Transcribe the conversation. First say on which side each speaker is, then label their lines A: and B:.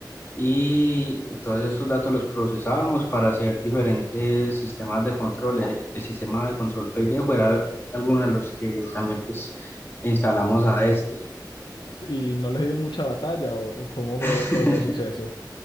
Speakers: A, on the left; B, on the left.
A: y todos esos datos los procesábamos para hacer diferentes sistemas de control. El, el sistema de control Paydejo era alguno de los que también pues, instalamos a este.
B: Y no le dio mucha batalla o, o cómo fue
A: <laughs>
B: todo este suceso.